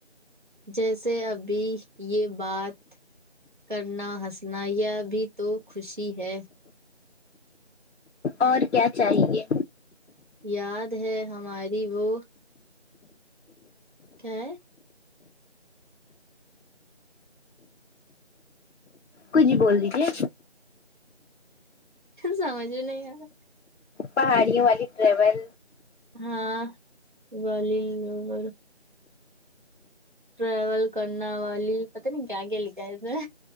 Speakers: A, on the right; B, on the left.
A: جیسے ابھی یہ بات کرنا ہسنا یہ بھی تو خوشی ہے
B: اور کیا چاہیے
A: یاد ہے ہماری وہ کیا ہے
B: کچھ بول دیجیے
A: سمجھ میں نہیں آرا
B: پہاڑیوں والی ٹریول
A: ہاں گال <unintelligible> ٹریول کرنا والی پتا نہیں کیا کیا لکھا ہے اس میں